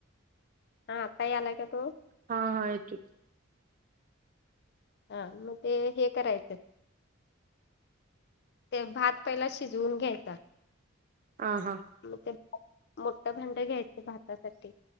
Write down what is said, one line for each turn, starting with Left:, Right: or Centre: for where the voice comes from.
Left: हा अता यायला का तू?
Right: हा हा येतोय.
Left: हा मग ते हे करायचं? ते भात पहिला शिजवून घ्यायेतात.
Right: ह हा.
Left: म्ह ते मोठं भांड घ्यायचं भातासाठी